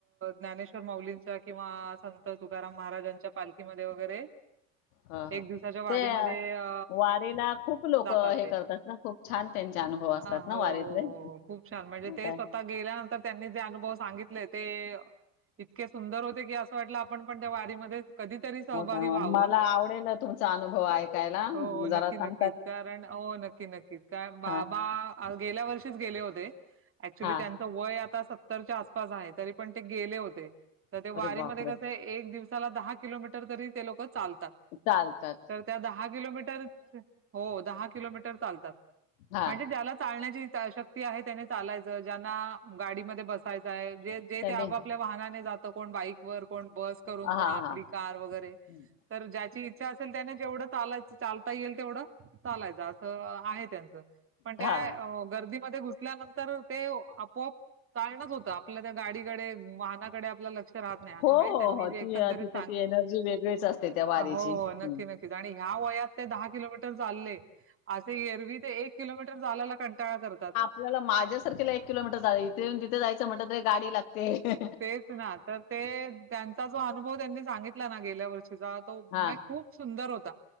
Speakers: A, on the right (about 30°); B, on the left (about 80°).
A: न्याणेश्वर माउलींच्या किंवा संत तुकाराम महाराच्या पालखीमंध्ये वगैरें
B: ह ह
A: एक दिवसाच्या वारीमध्ये
B: ते
A: अ
B: वारीला खूप लोक
A: जातात
B: हे
A: ते.
B: करतात ना खूप छान त्यांचे अनुभव असतात
A: अ
B: ना
A: हो
B: वारीतले
A: हो खूप छान म्हणजे
B: मग
A: ते
B: काय
A: स्वतः आ गेल्यानंतर त्यांनी जे अनुभव सांगितले, ते इतके सुंदर होते की. म्हटलं आपणं पणं त्यां वारीमंध्ये, कधीतरी. सहभागी
B: का
A: व्हावं.
B: मला आवडेल तुमचा अनुभव ऐकायला
A: हो, हो. नक्की,
B: जरा सांग.
A: नक्कीच. कारण हो नक्की नक्कीच काय बाबा.
B: हा
A: गेल्यां वर्षीचं गेले होतें ऍक्च्युली
B: हा
A: त्यां वय आता सत्तरच्या आसपास आहे, तरी पण ते गेले होते तर ते वारीमध्ये
B: अरे बापरे
A: कस. एक दिवसाला दहा किलोमीटर तरी ते लोकं चालतात.
B: चालतात
A: तरं त्यां दहा किलोमीटरच हो दहा किलोमीटर चालतात
B: हा
A: म्हणजे ज्याला चालण्याची शक्ती ते आहे त्यांनी चालायचं ज्यांना गाडीमंध्ये बसायचंय जे जे
B: त्याने
A: ते आपापल्या वाहनाने जातं कोण बाईक वर कोण बस करून
B: हा
A: कोण
B: हा
A: आपली कार वगैरे.
B: हम्म.
A: तर ज्याची इच्छा असेल त्याने जेवढं चालाय चालता येईल तेवढं. चालायच असं आहे त्यांचं पणं
B: हा
A: त्यां गर्दीत मध्ये घुसल्यानंतर ते आपोआप चालणंच होत आपल्या त्यां गाडीकडे वाहनाकडे आपलं लक्ष राहतं नाहीं असं
B: हो
A: माहि
B: हो
A: त्यांनीं
B: हो
A: जे
B: ती
A: एकंदरीत
B: अ, तिथं ती एनर्जी वेगळीच असते त्या वारीची
A: हो
B: हम्म
A: नक्की नक्की, आणि या वयात ते दहा किलोमीटर चालले, असे एरवी ते एक किलोमीटर जालायला कंटाळा करतात.
B: तुला माझ्यासांरखेला एक किलोमीटर जां इथे तिथे जायचं म्हटलं तरी गाडी लागते. ते.
A: तेच ना तर ते त्यांचा जो अनुभव त्यांनी सांगितला, ना गेल्या वर्षीचा तो
B: हां
A: मग खूप. सुंदर होता.